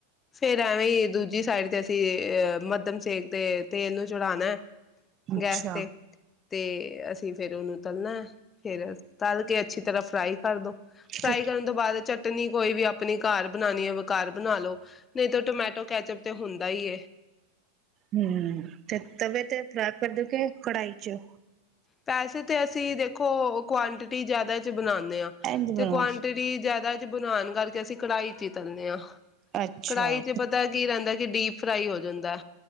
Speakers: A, on the left (about 20°); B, on the right (about 30°).
A: ਫੇਰ ਐਵੇਂ ਦੂਜੀ ਸਾਈਡ ਤੇ ਅਸੀਂ ਅਹ ਮੱਧਮ ਸੇਕ ਤੇ ਤੇਲ ਨੂੰ ਚੜਾਣਾ
B: ਅੱਛਾ।
A: ਗੈਸ ਤੇ ਤੇ ਅਸੀਂ ਫੇਰ ਉਹਨੂੰ ਤਲਣਾ ਫੇਰ ਤਲ ਕੇ ਅੱਛੀ ਤਰ੍ਹਾਂ ਕਰਦੋ ਫਰਾਈ
B: ਤੇ
A: ਕਰਨ ਤੋਂ ਬਾਅਦ ਚਟਨੀ ਕੋਈ ਵੀ ਆਪਣੀ ਘਰ ਬਣਾਉਣੀ ਹੈ ਘਰ ਬਣਾ ਲਓ ਨਹੀਂ ਤਾਂ ਟੋਮੈਟੋ ਕੈਚਅਪ ਤੇ ਹੁੰਦਾ ਹੀ
B: ਹਮ ਤੇ ਤਵੇ ਤੇ ਪ੍ਰਰਾਪ ਕਰਦ ਕੇ ਕੜਾਈ ਖੱੱਚੋ
A: ਪੈਸੇ ਤੇ ਅਸੀਂ ਦੇਖੋ ਕੁਆਂਟਿਟੀ ਜ਼ਿਆਦਾ ਚ ਬਣਾਉਂਦੇ ਹਾਂ
B: ਇੰਜ ਬਣਾਓ
A: ਤੇ ਕੁਆਂਟਿਟੀ ਜ਼ਿਆਦਾ ਬਣਾਨ ਕਰਕੇ ਅਸੀਂ ਕੜਾਹੀ ਚ ਹੀ ਤਲਦੇ ਹਾਂ
B: ਅੱਛਾ
A: ਕੜਾਹੀ ਚ ਪਤਾ ਕੀ ਰਹਿੰਦਾ ਕਿ ਡੀਪ ਫਰਾਈ ਹੋ ਜਾਂਦਾ